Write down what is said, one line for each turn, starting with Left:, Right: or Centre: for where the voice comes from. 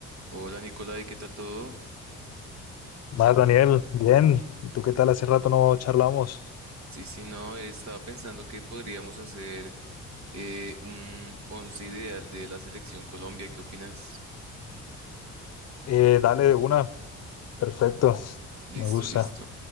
Right: Hola Nicolai, ¿qué tal todo?
Left: Más, Daniel, bien. ¿Y tú qué tal? Hace rato no charlamos.
Right: Sí, sí, no, estaba pensando que podríamos hacer eh, un once ideal de la selección Colombia. ¿Qué opinas?
Left: Eh, dale de una. Perfecto.
Right: Listo,
Left: Me gusta.
Right: listo.